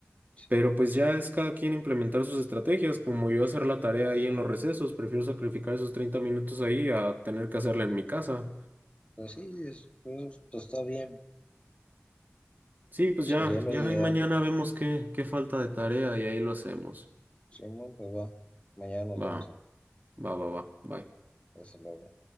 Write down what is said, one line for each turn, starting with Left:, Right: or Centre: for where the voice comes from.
Left: Sí,
Right: Pero pues ya es cada quien implementar sus estrategias, como yo hacer la tarea ahí en los recesos, prefiero sacrificar esos 30 minutos ahí a tener que hacerla en mi casa.
Left: pues sí, es- pues, pues, está bien,
Right: Sí, pues
Left: sería
Right: ya,
Left: lo
Right: ya
Left: ideal.
Right: ahí mañana vemos qué, qué falta de tarea y ahí lo hacemos.
Left: Simón, pues va, mañana nos vemos.
Right: Va, va, va, va, bye
Left: Hasta luego.